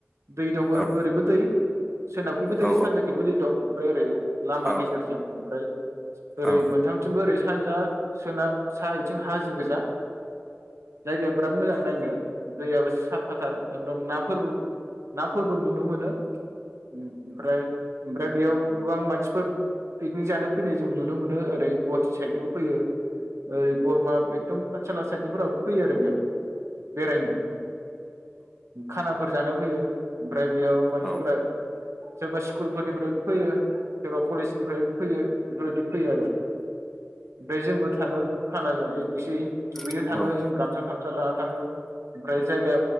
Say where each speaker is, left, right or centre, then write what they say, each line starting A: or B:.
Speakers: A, on the right; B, in the centre.
A: दै दं ओरोब-ओरैबो
B: औ
A: दै। सोनाबखिबो दै
B: औ
A: सानजाखैबो दै दं। फ्राय ओरै लामा
B: औ
A: गेजेरजों ओमफ्राय ओरै
B: औ
A: मोनथामथिंबो ओरै सानजा सोनाब सा इथिं हाजो गोजा जायगाया बिराद मोजां नायनो दैयाबो साफाथार एखदम ना फोरबो ना फोरबो नुनो मोनो। ओमफ्राय ओमफ्राय बेयाव गोबां मानसिफोर पिकनिक जानो फैनाय जों नुनो मोनो ओरै गवा टि साइदनिबो फैयो। ओरै बरमा एकदम पाठसाला साइडनिफोराबो फैयो आरो बेयाव। बेरायनो खाना फोर जानो फैयो ओमफ्राय बेयाव मानसिफोरा
B: औ
A: सोरबा स्कुलफोरनिफ्राय फैयो सोरबा कलेजनिफ्राय फैयो बेफोरबायदि फैयो आरो ओमफ्राय जोंबो थाङो। खान ज एसे दुगैनो
B: औ
A: थाङो जों गामसा थामसा ला थाङो ओमफ्राय जायगा